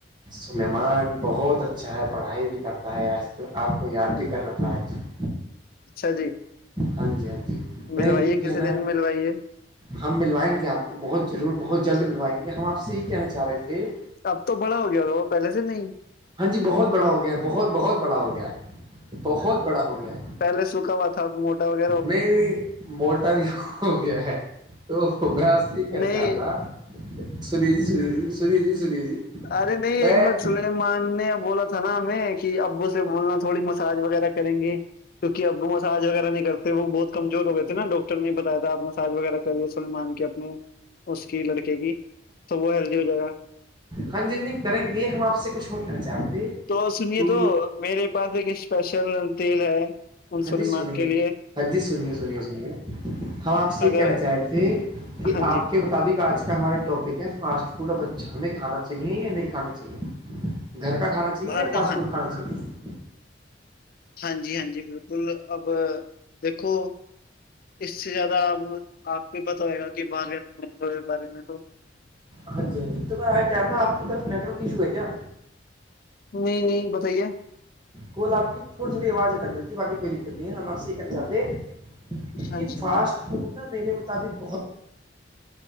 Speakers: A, on the right; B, on the left.
A: سلیمان بہت اچھا ہے پڑھائی بھی کرتا ہے آج تو آپ کو یاد بھی کر رہا تھا ہے آج
B: اچھا جی
A: ہاں جی ہاں جی میں
B: ملوائیے
A: یہ کہنا
B: کسی دن ملوائیے
A: ہم ملوائیں گے آپ کو بہت ضرور بہت جلد ملوائیں گے ہم آپ سے یہ کہنا چاہ رہے تھے
B: اب تو بڑا ہو گیا ہو وہ پہلے سے نہیں
A: ہاں جی بہت بڑا ہو گیا ہے بہت بہت بڑا ہو گیا ہے بہت بڑا ہو گیا ہے
B: پہل سوکھا سب موٹا ہو گیا
A: نہیں نہیں موٹا بھی ہو گیا ہے تو میں آج سے یہ کہنا چاہ
B: نہیں
A: رہا تھا سنی جی سنیی سنیے جی سنیے جی
B: ارے نہیں
A: میں
B: ایک منٹ چل مان نے بولا تھا نا ہمیں کہ ابو سے بولنا تھوڑی مساج وغیرہ کریں گے کیونکہ ابو مساج وغیرہ نہیں کرتے وہ بہت کمزور ہو گئے تھے نا ڈاکٹر نہیں بتایا تھا آ مساج وغیرہ کریے س مان کے اپنے اس کی لڑکے کی تو وہ ہیلدی ہو جائے گا
A: خن جنجم کریں گے ہم آپ سے کچھ اور کہنا چاہتے
B: تو سنیے
A: کہ
B: تو میرے پاس ایک اسپیشل تیل ہے منسلمان
A: ہاں جی سنیے
B: کے لیے
A: ہاں جی سنیے سنیے سنیے ہم آپ سے یہ
B: اگر
A: کہنا چاہ رہے تھے کہ
B: ہاں
A: آپ
B: جی
A: کے مط مطابق آج کا ہمارے ٹاپک ہے فاسٹ فوڈ ابچ ہمیں کھانا چاہیے یا نہیں کھانا چاہیے گھر کا کھانا چاہیے
B: باہر
A: یا فاٹ
B: کا
A: فوڈ کھانا چاہے
B: ہاں جی ہاں جی بالکل اب دیکھو اس سے زیادہ اب آپ کو پت ہوئے گا کہ مارکیٹ بارے میں تو
A: ہاں جی ہاں جی تو میں کہہ رہا تھا آپ کی طرف نیٹ ورک ایشو ہے کیا
B: نہیں نہیں بتائیے
A: کول آپ کی تھوڑی تھوڑی آواز اٹک دیتی ہے باقی کوئی دقت نہیں ہے ہم آپ سے یہ کہنا چاہتے ہیں
B: ہاں
A: یہ
B: جی
A: فاسٹ
B: ہاں جی
A: فوڈ نا میرے مطابق بہت